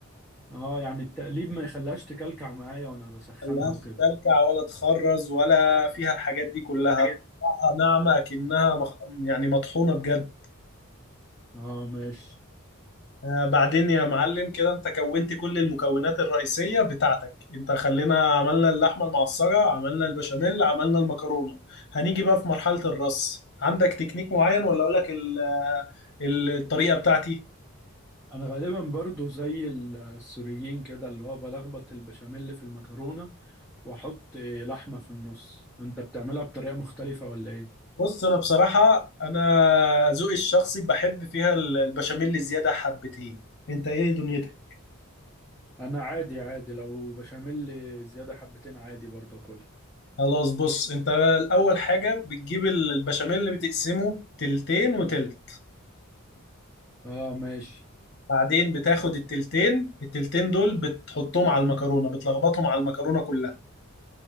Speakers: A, in the centre; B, on the left (about 50°).
A: اه يعني التقليب ما يخليهاش تكلكع معايا وانا بسخنها
B: ملهاش
A: وكده
B: تلكع ولا تخرز ولا فيها الحاجات دي كلها
A: حاجات
B: ناعمة كأنها مخ... يعني مطحونة بجد
A: اه ماشي
B: آه، بعدين يا معلم كده انت كونت كل المكونات الرئيسية بتاعتك انت خلينا عملنا اللحمة المعصرة عملنا البشاميل عملنا المكرونة هنيجي بقى في مرحلة الرص عندك تكنيك معين ولا اقولك ال- آه، ال- الطريقة بتاعتي
A: انا غالبا برضو زي السوريين كده اللي هو بلخبط البشاميل في المكرونة واحط لحمة في النص انت بتعملها بطريقة مختلفة ولا ايه
B: بص انا بصراحة انا ذوقي الشخصي بحب فيها ال- البشاميل زيادة حبتين انت ايه دنيتك
A: انا عادي عادي لو بشاميل زيادة حبتين عادي برضه اكلها
B: خلاص بص انت اول حاجة بتجيب البشاميل اللي بتقسمه تلتين وتلت
A: اه ماشي
B: بعدين بتاخد التلتين التلتين دول بتحطهم على المكرونة بتلخبطهم على المكرونة كلها